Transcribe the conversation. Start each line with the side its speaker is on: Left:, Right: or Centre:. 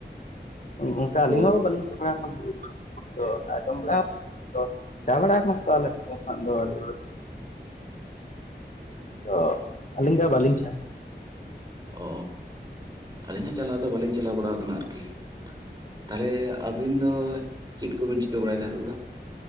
Left: ᱚᱱ-ᱚᱱᱠᱟ ᱟᱹᱞᱤᱧ
Right: ᱛᱚ
Left: ᱦᱚᱸ ᱵᱟᱹᱞᱤᱧ ᱪᱟ ᱵᱟᱲᱟ ᱠᱟᱱᱟ ᱵᱩᱨᱩ ᱵᱚᱸᱜᱟ ᱫᱚ᱾ <inaudible> ᱵᱟᱲᱟ <inaudible> ᱛᱚ ᱪᱟ ᱵᱟᱲᱟ ᱠᱟᱱᱟᱢ ᱛᱚ <unintelligible> ᱵᱟᱝ ᱫᱚ ᱟᱹᱰᱤ <inaudible> ᱟᱹᱞᱤᱧ ᱫᱚ ᱵᱟᱹᱞᱤᱧ ᱪᱟ
Right: ᱚ, ᱟᱹᱞᱤᱧ ᱦᱚᱸ ᱪᱟᱞᱟᱣ ᱫᱚ ᱵᱟᱹᱞᱤᱧ ᱪᱟᱞᱟᱣ ᱵᱟᱲᱟ ᱟᱠᱟᱱᱟ ᱟᱨᱠᱤ᱾ ᱛᱟᱦᱚᱞᱮ ᱟᱹᱵᱤᱱ ᱫᱚ ᱪᱮᱫ ᱠᱚᱵᱤᱱ ᱪᱤᱠᱟᱹ ᱵᱟᱲᱟᱭᱮᱫᱟ ᱱᱤᱛᱚᱜ ᱫᱚ᱾